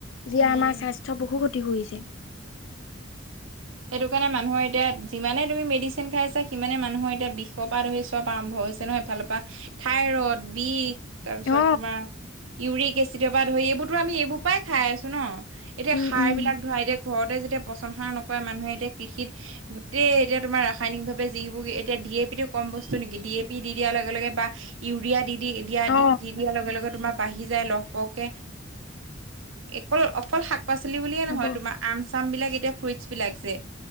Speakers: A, on the left; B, on the right.
A: যিয়ে
B: উম
A: আমাৰ স্বাস্থ্য বহু ক্ষতি কৰিছে।
B: সেইটো কাৰণে মানুহৰ এতিয়া যিমানে তুমি মেডিচিন খাইছা সিমানে মানুহৰ এতিয়া বিষৰপা ধৰি চব আৰম্ভ হৈছে। এফালৰপা থাইৰড, বিষ। তাৰ পিছত
A: অ
B: তোমাৰ ইউৰিক এচিডৰপা ধৰি এইবোৰতো আমি এইবোৰ পৰাই খাই আছো ন। এতিয়া
A: উম
B: সাৰ
A: উম
B: বিলাক ধৰাই এতিয়া ঘৰতে যেতিয়া পচন সাৰ নকৰে মানুহে এতিয়া কৃষিত গোটেই এতিয়া তোমাৰ ৰাসায়নিকভাৱে যিবোৰ এতিয়া ডি এ পি টো কম বস্তু নেকি ডি এ পি দি দিয়াৰ লগে লগে বা ইউৰিয়া দি দি দিয়া
A: অ
B: দি দি দিয়াৰ লগে লগে তোমাৰ বাঢ়ি যায় লগ। পকে অকল অকল শাক পাচলি বুলিয়ে
A: হ'ব
B: নহয় তোমাৰ। চাম আম বিলাক এতিয়া ফুৰইটছ বিলাক যে